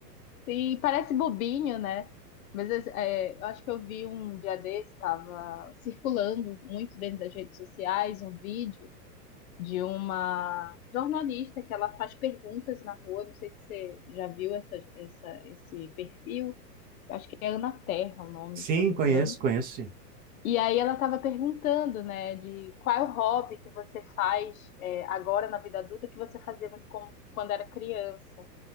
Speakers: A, on the left; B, on the right.
A: E parece bobinho, né? Mas é, é, eu acho que eu vi um dia desse, estava circulando muito dentro das redes sociais, um vídeo de uma jornalista que ela faz perguntas na rua. Não sei se você já viu essa, essa, esse perfil. Eu acho que é Ana Terra o nome,
B: Sim,
A: se eu não
B: conheço,
A: me engano.
B: conheço, sim.
A: E aí ela estava perguntando, né, de qual é o hobby que você faz é, agora na vida adulta que você fazia muito como quando era criança.